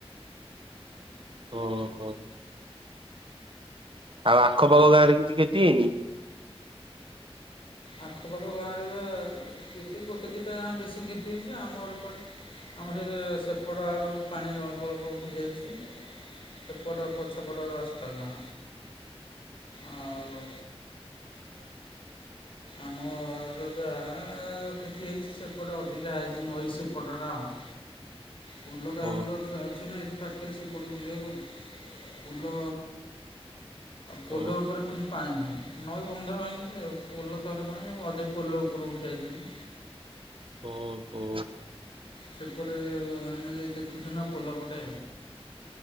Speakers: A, on the right; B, on the left.
A: ଓହୋ। ଆଉ ଆଖପାଖ ଗାଁରେ କିଛି କ୍ଷତି ହେଇନି?
B: ଆଖପାଖ ଗାଁ ରେ ବା ଏତେ ଗୋଟେ ଦିଟା ଗାଁ ବେଶୀ କ୍ଷତି ହେଇଚି ଆମର ଏପଟେ ଆମ ସହିତ ସେପଟ ଆଡୁ ପାଣି ଅଳ୍ପ ଅଳ୍ପ ଉଠିଯାଇଚି। ଏପଟ ପଛପଟ ରାସ୍ତା ଗାଁ।
A: ହ
B: ଆଉ ଆମର ଯାହା କ୍ଷତି ହେଇଚି ସେପଟେ ଅଧିକା ହେଇଚି। ନଈ ସେପଟ ଟା ଆଉ। ପୁଲଟା
A: ଓହୋ
B: ଆମର ଏଠି ଅଛି ନା ଏଠି ପାଖରେ ସେପଡ଼କୁ ଯିବାକୁ ପୁଲ ପୋଲ
A: ହୋ
B: ଉପରେ ପୁଣି ପାଣି ନାହିଁ ନଈ ବନ୍ଧ ଭାଙ୍ଗିଚି ଆଉ। ପୋଲ ଅଧେ ପୋଲ ଉପରୁକୁ ଉଠି ଆଇଛନ୍ତି?
A: ଓ ହୋ।
B: ସେପଟେ ଆମେ ଯାଇ ଦେଖୁଚୁ ନା ପୋଲପଟେ।